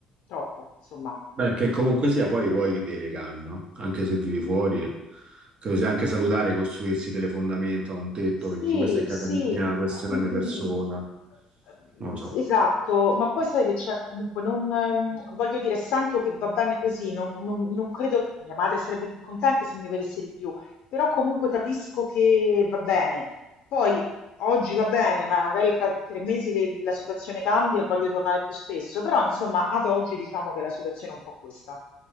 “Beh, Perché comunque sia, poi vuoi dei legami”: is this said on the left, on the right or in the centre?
Right